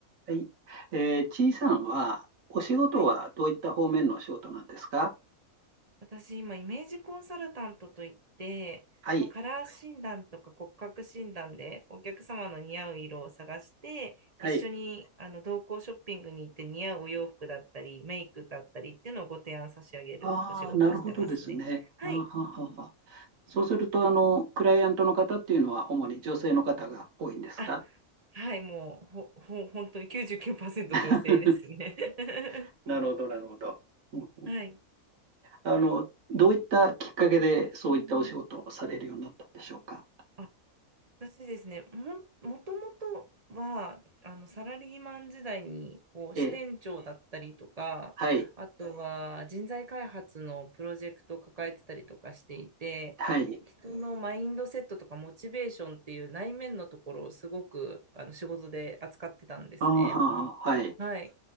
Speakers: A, on the right (about 65°); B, on the right (about 35°).
A: はい。えー、ちいさんは、お仕事はどういった方面のお仕事なんですか
B: はい。私、今、イメージコンサルタントといって、
A: はい。
B: まあ、カラー診断とか骨格診断でお客様の似合う色を探して、
A: はい。
B: 一緒にあの同行ショッピングに行って似合うお洋服だったり、メイクだったりっていうのをご提案差し上げるお仕事をしてますね。
A: ああ、なるほどですね。
B: はい。
A: あーははは。そうすると、あの、クライアントの方っていうのは、主に女性の方が多いんですか
B: あ、はい。もう、ほ、ほ、本当に99%
A: <laughs>
B: 女性ですね。
A: なるほど、なるほど。うん
B: <laughs> はい。
A: あの、どういったきっかけで、そういったお仕事をされるようになったんでしょうか
B: あ、私ですね、も、もともとは、あの、サラリーマン時代に、こう、
A: ええ、
B: 支店長だったりとか、
A: はい、
B: あとは人材開発のプロジェクトを抱えてたりとかしていて、
A: はい。
B: 人のマインドセットとかモチベーションっていう内面のところをすごく、あの、仕事で扱ってたんですね。
A: あーはは、はい。
B: はい。